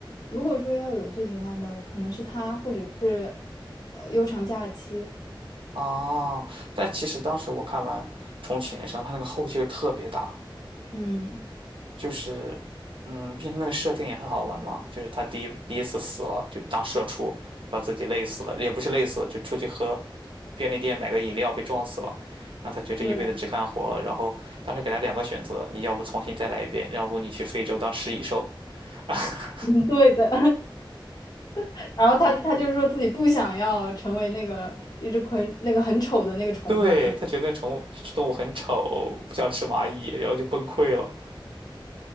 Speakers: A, on the left (about 45°); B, on the right (about 75°).
A: 如果说要有最喜欢的，可能是他，或者是呃悠长假期。
B: 哦，但其实当时我看完《重启人生》，它那个后劲儿特别大，
A: 嗯，
B: 就是，嗯，毕竟它那个设定也很好玩嘛，就是他第一第一次死了，就当社畜，把自己累死了，也不是累死了，就出去喝便利店买个饮料被撞死了，然后他觉得这一辈子只干活了，
A: 对，<laughs>
B: 然后当时给他两个选择，你要不重新再来一遍，要不你去非洲当食蚁兽，<laughs>
A: 嗯对的。<laughs> 然后他他就说自己不想要成为那个一只昆那个很丑的那个虫嘛。
B: 对，他觉得那宠物动物很丑，不想吃蚂蚁，然后就崩溃了。